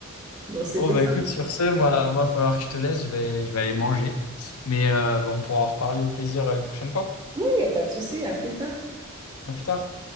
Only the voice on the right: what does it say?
Bon, c'était
ça.
Non, il n'y a pas de souci. À plus tard.